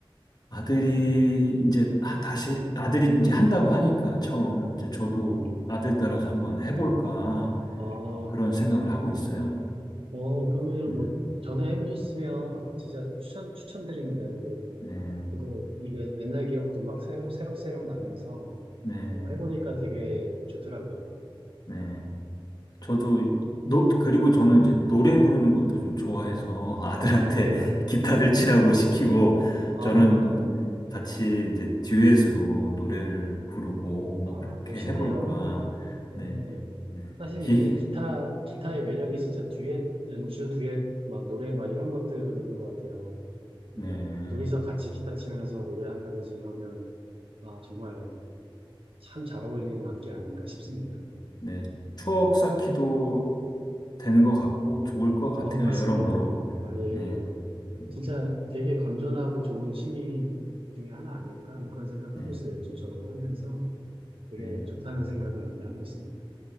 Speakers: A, on the left (about 50°); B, on the right (about 80°).
A: 아들이 이제 하- 다시 아들이 이제 한다고 하니까 처음 이제 저도
B: 음,
A: 아들 따라서 한번 해볼까
B: 어.
A: 어, 그런 생각을 하고 있어요.
B: 어, 그러면
A: 네,
B: 뭐, 전에 해보셨으면 진짜 추천, 추천드립니다. 이게,
A: 네,
B: 저도 이게 옛날 기억도 막 새록, 새록새록 나면서
A: 네.
B: 어, 해보니까 되게 좋더라고요.
A: 네. 저도 노 그리고 저는 이제 노래 부르는 것도 좀 좋아해서 아들한테
B: 아, 예.
A: <laughs> 기타를 치라고 시키고
B: 아,
A: 저는 같이 이제 듀엣으로 노래를 부르고 뭐
B: 아,
A: 그렇게
B: 멋있네요.
A: 해볼까.
B: 예.
A: 네, 네.
B: 사실
A: 기,
B: 이게 기타, 기타의 매력이 진짜 듀엣, 연주, 듀엣, 막 노래 막 이런 것들인 것 같아요. 뭐,
A: 네.
B: 둘이서 같이 기타 치면서 노래한다든지 이러면, 아, 정말 참 잘 어울리는 악기 아닌가 싶습니다.
A: 네, 추억 쌓기도 되는 것 같고 좋을 것 같아요.
B: 어, 맞습니다.
A: 여러모로.
B: 아, 예,
A: 네,
B: 예.
A: 음,
B: 진짜 되게 건전하고 좋은 취미 중에 하나 아닐까? 뭐 그런 생각하고
A: 네,
B: 있어요. 요즘 저도 하면서 되게
A: 네.
B: 좋다는 생각을 많이 하고 있습니다.